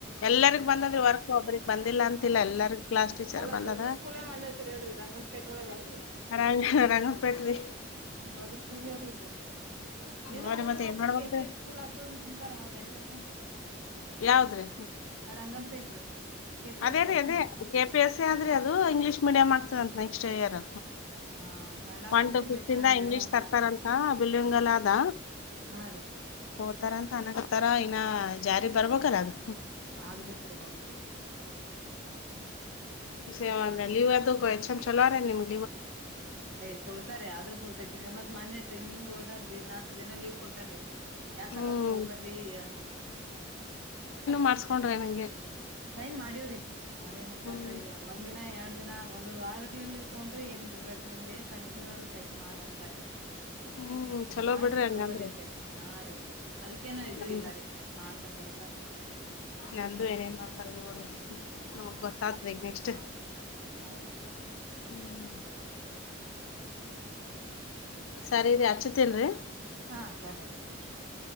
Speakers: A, on the left; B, on the right.
A: ಎಲ್ಲರಿಗ್ ಬಂದದ್ರಿ ವರ್ಕ್ ಒಬ್ರಿಗ್ ಬಂದಿಲ್ಲ ಅಂತಿಲ್ಲ
B: ಹ
A: ಎಲ್ಲರಿಗ್ ಕ್ಲಾಸ್ ಟೀಚರ್
B: ಅಲ್ಲ
A: ಬಂದದ
B: ದೊಡ್ ಸ್ಕೂಲ್ ಮಾಡಲ ರಂಗನ್ ಪೇಟ ಒಳಾಗಲ್ ರರಿ
A: ರಂಗ ರಂಗಪೇಟ ರ
B: ದೊಡ್ ಸ್ಕೂಲ್ ಏರಿ ಏನೋ
A: ಹಾ ರೀ
B: ಮುಂದಿನ
A: ಮತ್ತ್ ಏನ್
B: ವರ್ಷ
A: ಮಾಡ್ಬೇಕ್ರಿ
B: ಕೆಪಿ ಎಸ್ ಸ್ಕೂಲ್ ಆಗ್ತದ ಅಂತಂತಾರ ಹೌದೇಏನ್ರೀ ಇದು
A: ಯಾವ್ದ್ರಿ
B: ರಂಗಂಪೇಟ ರೀ ಕೆ ಪಿ
A: ಅದೇ
B: ಎಸ್ ಸಿ
A: ರೀ
B: ಅದನ್ರಿ
A: ಅದೇ ಕೆ ಪಿ ಎಸ್ ಸಿ ಆದ್ರಿ ಅದು ಇಂಗ್ಲೀಷ್ ಮೀಡಿಯಂಆಗ್ತದಂತ
B: ಹ
A: ನೆಕ್ಸ್ಟ್ ಇಯರ್
B: ಹಾ ಕನ್ನಡ
A: ಒನ್
B: ಮತ್ತು
A: ಟು
B: ಇಂಗ್ಲೀಷ್
A: ಫಿಫ್ತ್
B: ಮೀಡಿಯಂ
A: ಇಂದ
B: ಎರಡು
A: ಇಂಗ್ಲೀಷ್
B: ಆಗ್ತದನ್ರಿ
A: ತರ್ತಾರಂತ ಬಿಲ್ವಿಂಗಲ ಅದ
B: ಹಾ ರೀ
A: ಹತ್ತಾರ ಅಂತ ಅನಗತ್ತಾರ ಇನ್ನ ಜಾರಿ ಬರ್ಬೇಕಾರ ಅದು
B: ಆಗ್ಬೇಕ್ರಿ ಹೌದ್ರಿ
A: ಸೇವಂದ್ರ ನೀವ ಅದು ಹೆಚ್ಂ ಚಲೋರ ನಿಮಗೆ
B: ಏ್ ಕೊಡ್ತಾರೆ ಆದ್ರೂ ಪೂರ್ತಾಕ ಮತ್ ಮೊನ್ೆ ಟ್ರೈನಿಂಗ್ ದಾಗ್ರಿ ನಾಲ್ಕ್ ದಿನ ಲೀವ್ ಕೊಟಾರರಿ ಯಾಕಲ್ಲಕ್
A: ಹ್ಮ್
B: ಹೋಗ್ಬರ್ರಿ ಅಂತ ಕಷ ಅನ್ಾರ
A: ಮಾಡ್ಸಕೊಂಡ್ರ ನಂಗೆ
B: ಸೈನ್ ಮಾಡೀವ್ರಿ ಅವ್ರಏನ್ಂತಾರ
A: ಹ್ಮ್
B: ಒಂದಿನ ಎರಡ್ ನ ಒಂದೊಂದ್ ವಾರ ತೊಗೊಂಡ್ರಿ ಏನ್ ಬಿಡ್ಬೇಡ್ರಿ ನಿಮ್ದ್ ನ್ ಕಟಿನ್ಯೂ ಅ ಆದ್ ಸೈನ್ ಮಾಡ್ ಅಂತಾರರಿ
A: ಹ್ಮ್
B: ನೀವ್
A: ಚೊಲೋ
B: ಮಾಡಿ
A: ಬಿಡ್ರಿ
B: ನೀವ್
A: ಹಂಗಂದ್ರ
B: ತಗೋರಿ್ರಿ ತಕ್ಷಣ ಹಾ ರೀ ಅದಕೇನಾವ ಇದು
A: ನಮ್ದು
B: ಇಲ್ಲ ರೀ ಮಾಡ್ತಕ್ಕ ಕೊಡ್ತಾರ
A: ನಮ್ದು ಏನೇನ್ ಮಾಡ್ತಾರ ನೋಡ್ರಿ
B: ಹಾ
A: ನೋ ಗೊತ್ತಾದ ಈಗ ನೆಕ್ಸ್ಟ್
B: ಹೌದ್ರಿ
A: ಹ್ಮ ಸರಿರಿ ಅಚ್ಚತೇನ್ರರಿ
B: ಹಾ ಸರಿ ಅದೇ ಮೇಡವ್ರಿ ಹಾ ರ